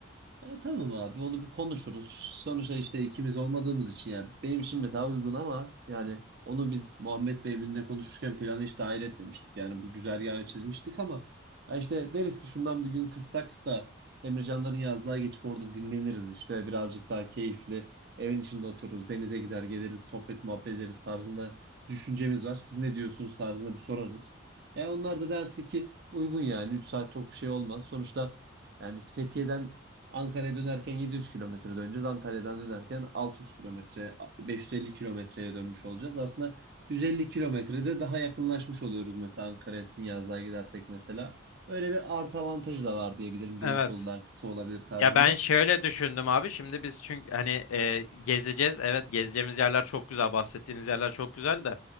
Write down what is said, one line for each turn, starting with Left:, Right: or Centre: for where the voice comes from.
Right: Ya tamam abi onu bir konuşuruz. Sonuçta işte ikimiz olmadığımız için yani benim için mesela uygun ama yani onu biz Muhammed ve Emin'le konuşurken planı hiç dahil etmemiştik. Yani bu güzergahı çizmiştik ama ya işte deriz ki şundan bir gün kıssak da Emrecanların yazlığa geçip orada dinleniriz işte birazcık daha keyifli evin içinde otururuz denize gider geliriz sohbet muhabbet ederiz tarzında düşüncemiz var. Siz ne diyorsunuz tarzında bir sorarız. Yani onlar da derse ki uygun yani 3 saat çok bir şey olmaz. Sonuçta yani biz Fethiye'den Ankara'ya dönerken 700 kilometre döneceğiz. Antalya'dan dönerken 600 kilometre, 550 kilometreye dönmüş olacağız. Aslında 150 kilometrede daha yakınlaşmış oluyoruz mesela Ankara'ya Sinyazdağ'a gidersek mesela. Öyle bir artı avantajı da var diyebilirim. Dönüş
Left: Evet.
Right: yolu daha kısa olabilir tarzında.
Left: Ya ben şöyle düşündüm abi. Şimdi biz çünkü hani e, gezeceğiz. Evet gezeceğimiz yerler çok güzel. Bahsettiğiniz yerler çok güzel de.